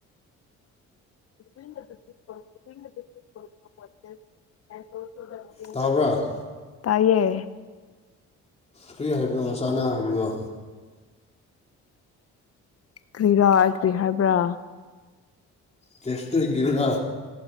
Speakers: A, on the left; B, on the left.
A: <unintelligible>
B: ꯇꯥꯕ꯭ꯔꯥ
A: <inaudible> ꯇꯥꯏꯌꯦ
B: ꯀꯔꯤ ꯍꯥꯏꯕꯅꯣ ꯃꯆꯥꯅ ꯍꯥꯏꯕꯗꯣ
A: ꯀꯔꯤꯔꯥ ꯑꯩ ꯀꯔꯤ ꯍꯥꯏꯕ꯭ꯔꯥ
B: ꯆꯦꯁꯇꯩꯒꯤꯔ